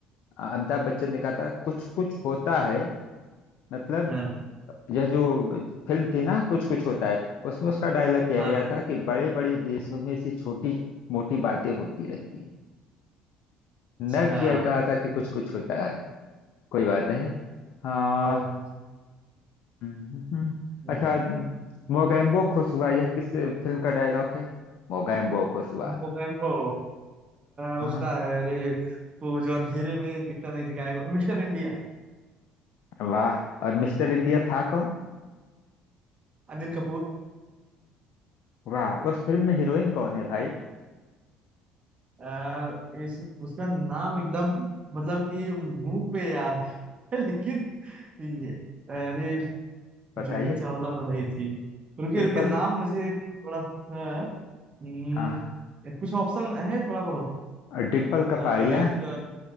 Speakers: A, on the left (about 60°); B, on the right (about 35°).
A: अ, अमिताभ बच्चन ने कहा था कुछ कुछ होता है मतलब
B: हाँ
A: यह जो फिल्म थी ना कुछ कुछ होता है उसमें उसका डायलॉग क्या
B: हाँ
A: यह था कि बड़े बड़े देशों में ऐसी छोटी मोटी बातें होती रहती है न
B: अच्छा
A: कि यह कहा था कि कुछ कुछ होता है कोई बात नहीं हाँ
B: तो,
A: हम्म, हम्म।
B: हम्म
A: अच्छा मोगैम्बो खुश हुआ यह किस फिल्म का डायलॉग है मोगैम्बो खुश हुआ
B: मोगैम्बो अ,
A: हाँ
B: उसका है अरे वो जो अंधेरे में दिखता नहीं था गायब मिस्टर इंडिया
A: वाह और मिस्टर इंडिया था कौन
B: अनिल कपूर
A: वाह उस फिल्म में हीरोइन कौन है भाई
B: आ, इस उसका नाम एकदम मतलब कि मुंह पे याद है <laughs> लेकिन ये अरे
A: बताइए
B: जूही चावला तो नहीं थी रुके
A: डिम्पल
B: रुके नाम मुझे थोड़ा सा हम्म,
A: हाँ
B: कुछ ऑप्शन है थोड़ा बहुत
A: और डिम्पल कपाड़िया
B: आ, इसका